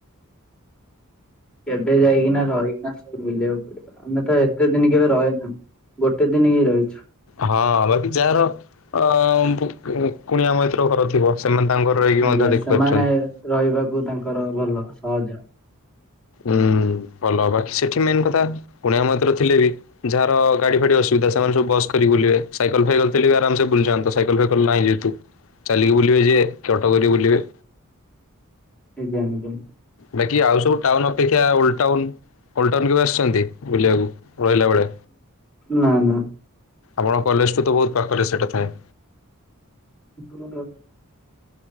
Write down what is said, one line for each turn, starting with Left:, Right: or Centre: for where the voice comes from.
Centre: କେବେ ଯାଇକିନା ରହିକିନା ସବୁ ବୁଲିବାକୁ ପଡିବ ଆମେ ତ ଏତେ ଦିନ କେବେ ରହିନୁ। ଗୋଟେ ଦିନ ହେଇ ରହିଛୁ।
Left: ହଁ ବାକି ଯାହାର ଅ ଉ ଉ କୁଣିଆ ମୈତ୍ର ଘର ଥିବ। ସେମାନେ ତାଙ୍କର ରହିକି
Centre: ଆଜ୍ଞା
Left: ମଧ୍ୟ ଦେଖିପାରୁଛନ୍ତି।
Centre: ସେମାନେ ରହିବାକୁ ତାଙ୍କର ଭଲ ସହଜ।
Left: ଉୁଁ ଭଲ ବାକି ସେଠି ମେନ୍ କଥା କୁଣିଆ ମୈତ୍ର ଥିଲେ ବି ଯାହାର ଗାଡି ଫାଡି ଅସୁବିଧା ସେମାନେ ସବୁ ବସ କରିକି ବୁଲିବେ। ସାଇକେଲ ଫାଇକେଲ ଥିଲେବି ଆରାମସ ବୁଲିଜାଆନ୍ତ। ସାଇକେଲ ଫାଇକଲ ନାହିଁ ଯେହେତୁ ଚାଲିକି ବୁଲିବେ ଯିଏ କି ଅଟ କରିକି ବୁଲିବେ।
Centre: ଆଜ୍ଞା ଆଜ୍ଞା।
Left: ବାକି ଆଉ ସବୁ ଟାଉନ ଅପେକ୍ଷା ଓଲ୍ଡ ଟାଉନ୍ ଓଲ୍ଡ ଟାଉନ୍ କେବେ ଆସିଛନ୍ତି ବୁଲିବାକୁ? ରହିଲା ବେଳେ
Centre: ନା ନା
Left: ଆପଣ କଲେଜଠୁ ତ ବହୁତ ପାଖରେ ସେଟା ଥାଏ।
Centre: <inaudible>